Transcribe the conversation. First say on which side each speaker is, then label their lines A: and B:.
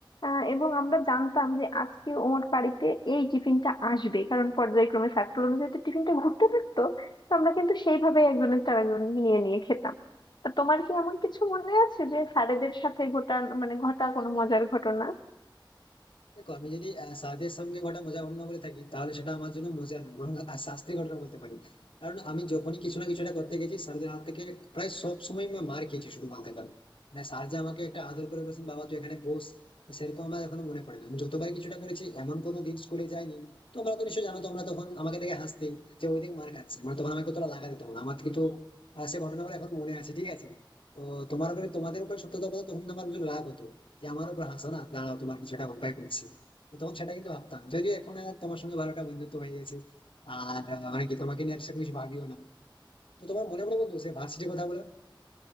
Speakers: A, on the left; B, on the left.
A: আহ, এবং আমরা জানতাম যে আজকে ওর বাড়িতে এই টিফিনটা আসবে কারণ পর্যায়ক্রমে সার্কেল অনুযায়ী তো টিফিনটা ঘুরতে থাকতো তো আমরা কিন্তু সেইভাবে একজনের চার একজনকে নিয়ে নিয়ে খেতাম তা তোমার কি এমন কিছু মনে আছে যে স্যারেদের সাথে ঘটা মানে ঘটা কোনো মজার ঘটনা
B: দেখো আমি যদি আহ, স্বাদের সঙ্গে ঘটা মজা অন্য বলে থাকি তাহলে সেটা আমার জন্য মজা নয় বরং আহ, শাস্তির ঘটনা বলতে পারি কারণ আমি যখনই কিছু না কিছু একটা করতে গেছি স্যারদের হাত থেকে প্রায় সব সময় আমি মার খেয়েছি শুধু বলতে পারি মানে স্যার যে আমাকে একটা আদর করে বলেছেন বাবা তুই এখানে বস সেরকম আমার এখনো মনে পড়ে না আমি যতবার কিছুটা করেছি এমন কোনো দিন স্কুলে যাইনি তোমরা তো নিশ্চয়ই জানো তোমরা তখন আমাকে দেখে হাসতে যে ওই দিক মার খাচ্ছে মানে তখন আমাকে তোরা লাগা দিত না আমার কিন্তু আহ, সে ঘটনাগুলো এখন মনে আছে ঠিক আছে তো তোমার উপরে তোমাদের উপরে সত্যতা বলতে তখন কিন্তু আমার কিছু রাগ হতো যে আমার উপর হাসো না দাঁড়াও তোমার কিছুটা উপায় করছি তো তখন সেটা কিন্তু ভাবতাম যদিও এখন আর তোমার সঙ্গে ভালোটা বন্ধুত্ব হয়ে গেছে আর আহ, মানে কি তোমাকে নিয়ে আর সেরকম কিছু ভাবিও না তো তোমার মনে পড়ে বন্ধু সে ভার্সিটির কথা বলো